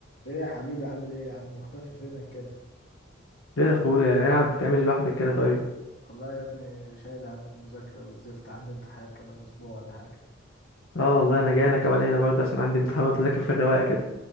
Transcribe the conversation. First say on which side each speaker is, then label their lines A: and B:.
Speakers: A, on the left (about 45°); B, on the left (about 85°).
A: ايه يا حبيبي عامل ايه يا عم مختفي فينك كده
B: ليه يا اخويا قاعد بتعمل ايه لوحدك كده طيب
A: والله يا ابني شايل هم المذاكرة والزفت عندي امتحانات كمان أسبوع ولا حاجة
B: اه والله انا جاي انا كمان هنا برضه عشان عندي امتحان وتذاكر في الرواقه كده